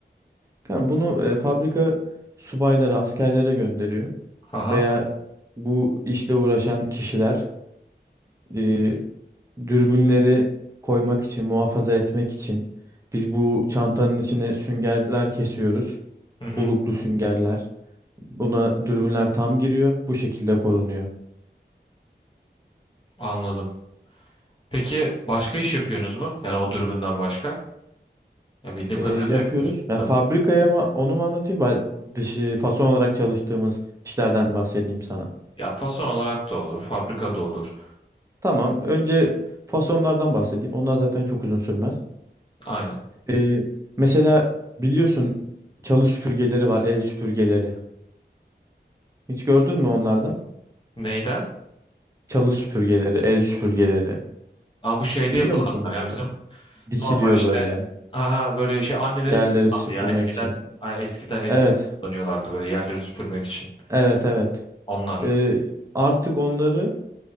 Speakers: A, on the right; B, on the left.
A: Kanka bunu e, fabrika subayları, askerlere gönderiyor.
B: Aha,
A: Veya bu işle uğraşan kişiler e, dürbünleri koymak için, muhafaza etmek için biz bu çantanın içine süngerler kesiyoruz.
B: hı hı,
A: Oluklu süngerler. Buna dürbünler tam giriyor. Bu şekilde korunuyor.
B: anladım. Peki başka iş yapıyorsunuz mu? Yani o dürbünden başka? Ya bildiğim
A: e,
B: kadarıyla
A: yapıyoruz.
B: yapıyorsunuz
A: Yani
B: da.
A: fabrikaya mı, onu mu anlatayım? Ben dışı fason olarak çalıştığımız işlerden bahsedeyim sana.
B: Ya fason olarak da olur, fabrikada olur.
A: Tamam. Önce fasonlardan bahsedeyim. Onlar zaten çok uzun sürmez.
B: Aynen.
A: E, mesela biliyorsun çalı süpürgeleri var, el süpürgeleri. Hiç gördün mü onlardan?
B: Neyden?
A: Çalı süpürgeleri, el süpürgeleri.
B: Aa, bu şeyde
A: Biliyor
B: yapılanlar
A: musun bunları?
B: ya bizim
A: Dikiliyor
B: normal işte
A: böyle
B: aha, böyle şey anneleri
A: yerleri
B: biz kullandı
A: süpürmek
B: ya eskiden
A: için.
B: ha, eskiden eskiden
A: Evet,
B: kullanıyorlardı böyle yerleri süpürmek için
A: evet, evet.
B: onlar.
A: E, artık onları